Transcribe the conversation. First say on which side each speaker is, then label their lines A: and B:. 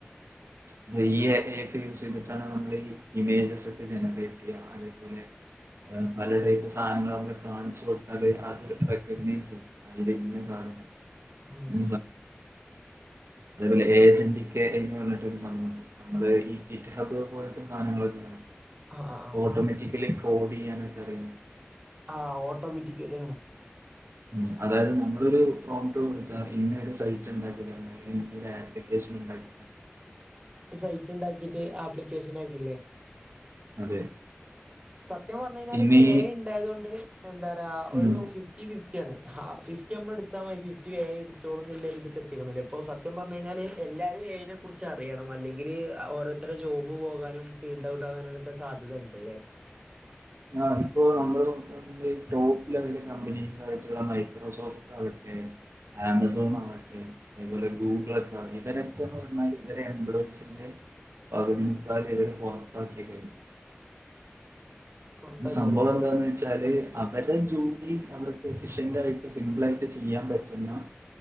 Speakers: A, on the right; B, on the right.
A: <unintelligible> എ ഐ ഒക്കെ യൂസ് ചെയ്തിട്ടാണ് നമ്മൾ ഈ ഇമേജസ് ഒക്കെ ജനറേറ്റ് ചെയ്യ അതേപോലെ പലടൈപ്പ് സാധനങ്ങളമ്മ കാണിച്ചു കൊടുത്താല് അത് റെക്കഗ്നൈസ് ചെയ്യും ഇത് ഇന്ന സാധ
B: ഉം
A: <unintelligible> അതേപോലെ ഏജന്റിക്ക് എ ഐ എന്ന് പറഞ്ഞ സംഭവണ്ട് നമ്മള് ഈ ഇറ്റ്ഹബ് പോലത്തെ സധങ്ങളൊക്കെകണ്ട്
B: ആഹ് ആഹ് ആഹ്
A: ഓട്ടോമാറ്റിക്കലി കോഡ് ചെയ്യാനൊക്കെ അറിയുന്നത്
B: ആഹ് ഓട്ടോമാറ്റിക്കലി ആഹ്
A: ഉ അതായത് നമ്മളൊരു പ്രോമ്റ്റ് കൊടുത്താ ഇങ്ങെ ഒരു സൈറ്റ് ഉണ്ടാക്കി തരണ <unintelligible> അപ്ലിക്കേഷൻ ഉണ്ടാക്കിത്തരും
B: സൈറ്റ് ഉണ്ടാക്കിട്ട് ആപ്ലിക്കേഷൻ ആക്കിയില്ലേ?
A: അതെ
B: സത്യം പറഞ്ഞുകഴിഞ്ഞാല്
A: ഇനി
B: ഇപ്പൊ എ ഐ ഉണ്ടായത്കൊണ്ട് എന്താ പറയാ
A: ഉം
B: ഒരു ഫിഫ് ഫിഫ്റ്റിഫിഫ്റ്റി യാണ് ഫിഫ്റ്റി നമ്മള എടുത്താ മയി ഫിഫ്റ്റി എ ഐ എടുത്തോളും എന്നെല്ലാരടുക്കെ എത്തിക്കണോ അപ്പോ സ സത്യം പറഞ്ഞു കഴിഞ്ഞാല് എല്ലാവും എ ഐ നെ കുറിച്ച് അറിയാം. അല്ലെങ്കില് ഓരോരുത്തരുടെ ജോബ് പോകാനും സീൻ ഉണ്ടാവുട്ടാനൊക്കെ സാധ്യത ഉണ്ട് അല്ലേ?
A: ആ ഇപ്പോ നമ്മള് <unintelligible> ടോപ്പ് ലെവല് കമ്പനീസ് ആയിട്ടുള്ള മൈക്രോസോഫ്റ്റ് ആണ് ഏ ആമസോൺ വന്നിട്ട് അതപോലെ ഗൂഗിളൊക്കെയ ഇവരൊക്കെന്ന് പറഞ്ഞാൽ ഇവരെ എപ്ലോയ്സിന്റെ പകുതി മുക്കാലു ഇവര് പുറത്താക്കിതേന്
B: പുറത്തൊക്കെല്ലേ
A: സംഭവം എന്താന്ന് വെച്ചാല് അവരുടെ ജോലി അവർക്ക് എഫിഷൻറായിട്ട് സിമ്പിളായിട്ട് ചെയ്യാൻ പറ്റുന്ന